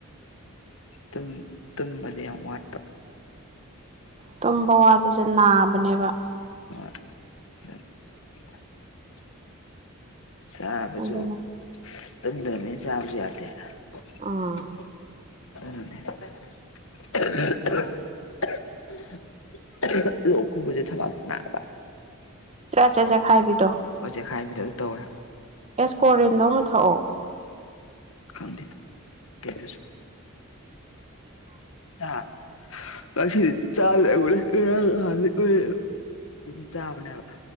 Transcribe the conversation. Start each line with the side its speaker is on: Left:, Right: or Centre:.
Left: ꯇꯨꯝ ꯇꯨꯝꯕꯗꯤ ꯌꯥꯝ ꯋꯥꯠꯄ
Right: ꯇꯨꯝꯕ ꯋꯥꯠꯄꯁꯦ ꯅꯥꯕꯅꯦꯕ
Left: ꯍꯣꯏ ꯆꯥꯕꯁꯨ
Right: ꯑꯗꯨꯅ
Left: ꯇꯨꯝꯗ꯭ꯔꯕꯅꯤꯅ ꯆꯥꯕꯁꯨ ꯌꯥꯗꯦ <unintelligible>
Right: ꯎꯝ
Left: <unintelligible> ꯂꯣꯛ ꯈꯨꯕꯖꯦ ꯊꯕꯛꯇꯤ ꯅꯥꯕ
Right: ꯆꯦ ꯆꯦꯠ ꯆꯦꯈꯥꯏꯕꯤꯗꯣ
Left: ꯍꯣꯏ ꯆꯦꯛꯈꯥꯏꯕꯤꯗꯣ ꯑꯗꯨ ꯇꯧꯋꯦ
Right: ꯑꯦꯁꯀꯣꯔꯤꯟꯗꯣ ꯑꯃ ꯊꯛꯑꯣ
Left: ꯈꯪꯗ ꯀꯤꯝꯇꯁꯨ <unintelligible> ꯉꯁꯤ ꯗꯤ ꯆꯥ <unintelligible> ꯑꯗꯨꯝ ꯆꯥꯕꯅꯦꯕ